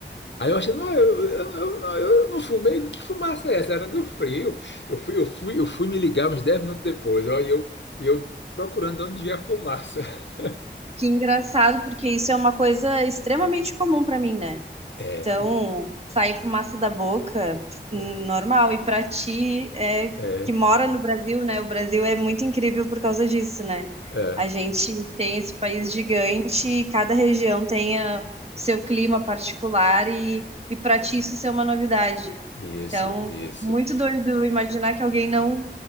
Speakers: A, on the left; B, on the right.
A: Aí eu achei, não, eu, eu, eu, não, eu não fumei, que fumaça é essa? Era do frio. Eu fui, eu fui, eu fui me ligar uns 10 minutos depois, ó, e eu, e eu procurando onde ia a fumaça. <laughs>
B: Que engraçado, porque isso é uma coisa extremamente comum para mim, né?
A: É,
B: Então,
A: e-
B: sair fumaça da boca, normal.
A: é,
B: E pra ti, é,
A: é,
B: que mora no Brasil, né? O Brasil é muito incrível por causa disso, né?
A: é,
B: A gente tem esse país gigante e cada região tem a- seu clima particular e, e pra ti isso ser uma novidade.
A: isso,
B: Então,
A: isso.
B: muito doido imaginar que alguém não